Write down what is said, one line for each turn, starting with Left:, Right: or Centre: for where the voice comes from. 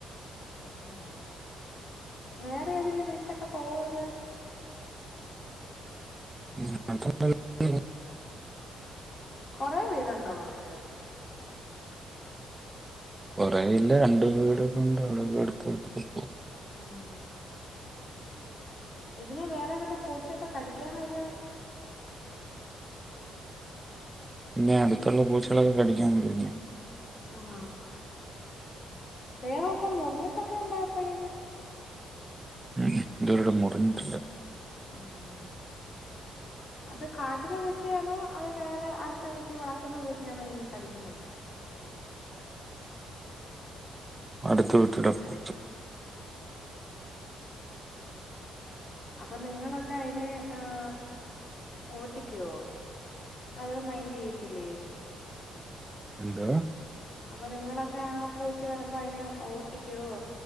Left: ഉം വേറെ ഏതെലും വീട്ടിലൊക്കെ പോവൊത്
Right: ഉം അതെപ്പഴും ഉ
Left: കൊറേ വീടുണ്ടോ അടുത്ത്
Right: കുറേ ഇല്ല രണ്ട് വീടൊക്ക കൊണ്ട് അവിടെ അടുത്തടുത്തൊക്കെ പോകും.
Left: ആഹ്. ഇതിനെ വേറെ വല്ല പൂച്ചക്കെ കടിക്കാൻ വരോ
Right: പിന്നെ അടുത്തുള്ള പൂച്ചളൊക്കെ കടിക്കാൻ വേരും ഇതിനെ
Left: ആണോ ദേഹൊക്കെ മുറിഞ്ഞിട്ടൊക്കെ ഉണ്ടാ എപ്പഴേലും
Right: ഉം ഇതുവരെട്ട് മുറിഞ്ഞിട്ടില്ല.
Left: ആഹ് അത് കാട്ടിലെ പൂച്ചയാണോ അത് വേറെ അടുത്ത വീട്ടി വളർത്തുന്ന പൂച്ചയാണോ ഇതിനെ കടിക്കുന്നേ
Right: അടുത്ത വീട്ടിലെ പൂച്ച
Left: അപ്പൊ നിങ്ങളൊക്കെ അയിന് ആഹ് ഓട്ടിക്കോ അതോ മൈന്റ് ചെയ്യത്തില്ലേ?
Right: എന്തവ
Left: അപ്പൊ നിങ്ങളൊക്കെ ആ പൂച്ച വരുമ്പോ അയിനെ ഓട്ടിക്കുവോ